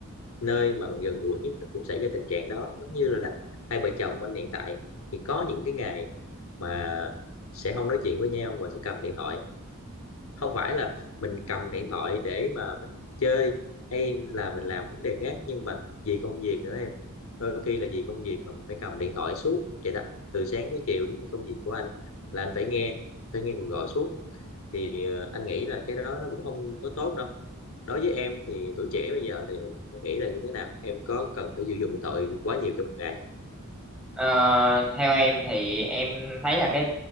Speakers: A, on the left (about 65°); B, in the centre.
A: nơi mà mình gần gũi nhất nó cũng xảy ra tình trạng đó, giống như là hai vợ chồng anh hiện tại thì có những cái ngày mà sẽ không nói chuyện với nhau và sẽ cầm điện thoại. Không phải là mình cầm điện thoại để mà mình chơi hay là mình làm vấn đề khác nhưng mà vì công việc nữa em. Đôi khi là vì công việc mà mình phải cầm điện thoại suốt vậy đó, từ sáng tới chiều giống như công việc của anh là anh phải nghe, phải nghe cuộc gọi suốt thì ờ, anh nghĩ là cái đó nó cũng không có tốt đâu đối với em thì tuổi trẻ bây giờ thì em nghĩ là như thế nào em có cần phải sử dụng điện thoại quá nhiều trong một ngày không
B: Ờ, theo em thì em thấy là cái